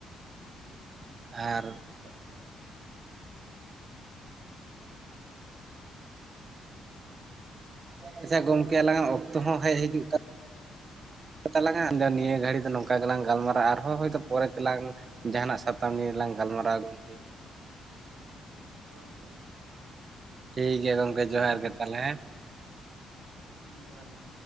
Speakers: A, on the right (about 40°); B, on the right (about 90°).
A: ᱟᱨ᱾
B: <unintelligible> ᱪᱟ ᱚᱝᱠᱮ᱾
A: ᱟᱪᱷᱟ ᱜᱚᱢᱠᱮ ᱟᱞᱟᱝᱟᱜ
B: ᱜᱚᱝᱠᱮ ᱛᱚᱵᱮ
A: ᱚᱠᱛᱚ ᱦᱚᱸ ᱦᱮᱡ ᱦᱤᱡᱩᱜ ᱠᱟᱱᱟ᱾ ᱛᱟᱞᱟᱝᱟ ᱟᱫᱚ ᱱᱤᱭᱟᱹ ᱜᱷᱟᱹᱲᱤ ᱫᱚ ᱱᱚᱝᱠᱟ ᱜᱮᱞᱟᱝ ᱜᱟᱞᱢᱟᱨᱟ ᱟᱨᱦᱚᱸ ᱦᱚᱭᱛᱳ ᱯᱚᱨᱮ ᱛᱮᱞᱟᱝ ᱡᱟᱦᱟᱱᱟᱜ ᱥᱟᱛᱟᱢ ᱱᱤᱭᱮ ᱞᱟᱝ ᱜᱟᱞᱢᱟᱨᱟᱣ ᱜᱚᱢᱠᱮ᱾
B: ᱦᱚᱭ ᱜᱚᱝᱠᱮ᱾
A: ᱴᱷᱤᱠ ᱜᱮᱮᱭᱟ ᱜᱚᱝᱠᱮ ᱡᱚᱦᱟᱨ ᱜᱮ ᱛᱟᱦᱚᱞᱮ ᱦᱮᱸ
B: ᱦᱩᱸ ᱡᱚᱦᱟᱨ ᱜᱮ